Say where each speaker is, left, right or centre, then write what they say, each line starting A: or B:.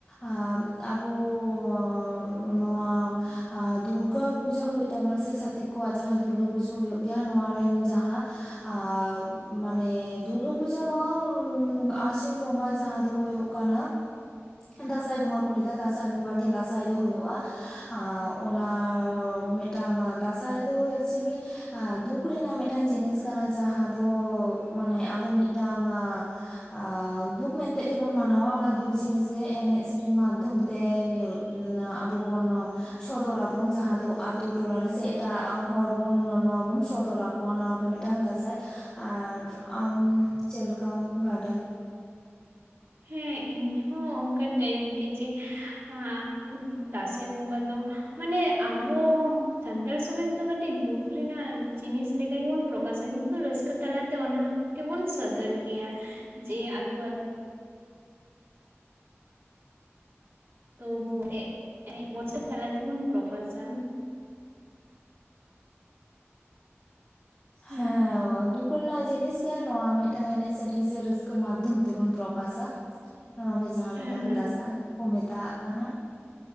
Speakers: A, on the left; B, on the right.
A: ᱟᱸ ᱟᱵᱚᱻᱣ ᱱᱚᱣᱟ ᱫᱩᱨᱜᱟᱹ ᱯᱩᱡᱟᱹ ᱦᱩᱭᱩᱜ ᱛᱟᱵᱚᱱᱟ ᱥᱮ ᱪᱷᱟᱛᱤᱠ ᱠᱚᱣᱟᱜ ᱡᱟᱦᱟᱸ ᱫᱩᱨᱜᱟᱹ ᱯᱩᱡᱟ ᱦᱩᱭᱩᱜ ᱜᱮᱭᱟ ᱱᱚᱣᱟ ᱨᱮᱱ ᱡᱟᱦᱟᱸ, ᱟᱸ ᱢᱟᱱᱮ ᱫᱩᱨᱜᱟᱹ ᱯᱩᱡᱟᱹ ᱱᱚᱶᱟᱻᱱ ᱟᱥᱤᱱ ᱵᱚᱸᱜᱟ ᱡᱟᱦᱟᱸ ᱫᱚ ᱦᱩᱭᱩᱜ ᱠᱟᱱᱟ, ᱮᱸ ᱫᱟᱥᱟᱸᱭ ᱵᱚᱸᱜᱟ ᱠᱚ ᱞᱟᱹᱭ ᱮᱫᱟ, ᱫᱟᱥᱟᱸᱭ ᱵᱚᱸᱜᱟ ᱜᱮ ᱫᱟᱥᱟᱸᱭ ᱫᱚ ᱦᱩᱭᱩᱜᱼᱟ, ᱟᱸ ᱚᱱᱟ ᱢᱤᱫ- ᱴᱟᱝ ᱫᱟᱥᱟᱸᱭ ᱫᱚ ᱮᱠ ᱪᱩᱞᱤ ᱟᱸ ᱫᱩᱠᱷ ᱨᱮᱱᱟᱜ ᱢᱮᱫᱴᱟᱝ ᱡᱤᱱᱤᱥ ᱠᱟᱱᱟ, ᱡᱟᱦᱟᱸ ᱫᱚ ᱢᱟᱱᱮ ᱟᱵᱚ ᱢᱤᱫᱴᱟᱝᱼᱟᱸ ᱟᱸ ᱫᱩᱠ ᱢᱮᱝᱼ ᱛᱮᱜ ᱜᱮᱵᱚᱱ ᱢᱟᱱᱟᱣᱟ, ᱚᱱᱟ ᱫᱩᱠᱷ ᱡᱤᱱᱤᱥ ᱜᱮ ᱮᱱᱮᱡ ᱥᱮᱨᱮᱧ ᱢᱟ ᱛᱩᱢ ᱛᱮ ᱤᱭᱟᱹ ᱱᱟ ᱟᱵᱚ ᱵᱚᱱ ᱥᱚᱫᱚᱨᱟ ᱵᱚᱱ ᱡᱟᱦᱟᱸ ᱫᱚ ᱟᱛᱩ ᱴᱚᱞᱟ ᱨᱮᱥᱮ ᱮ- ᱴᱟᱜ ᱦᱚᱲ ᱵᱚᱱ ᱱᱚ ᱱᱚᱶᱟ ᱵᱚᱱ ᱥᱚᱫᱚᱨᱟᱠᱚᱣᱟ ᱱᱚᱶᱟ ᱜᱮ ᱢᱮᱫᱴᱟᱝ ᱫᱟᱥᱟᱸᱭ ᱟᱨ ᱟᱢ ᱪᱮᱫ ᱞᱮᱠᱟᱢ ᱵᱟᱰᱟᱭ,
B: ᱦᱮᱸ ᱤᱧ ᱦᱚᱸ ᱚᱸᱠᱟ ᱴᱟᱹᱭᱤᱯ ᱜᱮ ᱡᱮ ᱟᱸᱜ ᱩᱸᱦᱩᱸᱦᱩᱸ ᱫᱟᱥᱟᱸᱭ ᱵᱚᱸᱜᱟ ᱫᱚ ᱢᱟᱱᱮ ᱟᱵᱚ ᱥᱟᱱᱛᱟᱲ ᱥᱚᱢᱟᱡᱽ ᱫᱚ ᱠᱟᱹᱴᱤᱡ ᱫᱩᱠ ᱨᱮᱱᱟᱜ ᱡᱤᱱᱤᱥ ᱞᱮᱠᱟ ᱜᱮᱵᱚᱱ ᱯᱨᱚᱠᱟᱥᱼᱟ, ᱠᱤᱱᱛᱩ ᱨᱟᱹᱥᱠᱟᱹ ᱛᱟᱞᱟ ᱛᱮ ᱚᱱᱟ ᱜᱮᱵᱚᱱ ᱥᱚᱫᱚᱨ ᱜᱮᱭᱟ, ᱡᱮ ᱟᱹᱛᱩ ᱟᱹᱛ- ᱛᱩ ᱵᱷᱚ ᱞᱮᱜ ᱮᱱᱮᱡ ᱵᱚᱪᱷᱚᱨ ᱛᱟᱞᱟ ᱛᱮᱵᱚᱱ ᱯᱨᱚᱯᱟᱥᱼᱟᱢ, ᱦᱩᱸ
A: ᱦᱮᱸᱣ ᱫᱩᱠᱷ ᱠᱩ ᱨᱮᱱᱟᱜ ᱡᱤᱱᱤᱥ ᱜᱮ ᱱᱚᱣᱟ ᱢᱤᱫᱴᱟᱝ ᱮᱱᱮᱡ ᱥᱮᱨᱮᱧ ᱥᱮ ᱨᱟᱹᱥᱠᱟᱹ ᱢᱟᱫᱷᱚᱢ ᱛᱮᱵᱚᱱ ᱯᱨᱚᱠᱟᱥᱼᱟ, ᱱᱚᱣᱟ ᱜᱮ ᱡᱟᱦᱟᱸ
B: ᱦᱮᱸ
A: ᱞᱮᱠᱟ ᱫᱚ ᱫᱟᱥᱟᱸᱭ ᱠᱚ ᱢᱮᱛᱟ ᱦᱟᱜ ᱠᱟᱱᱟ᱾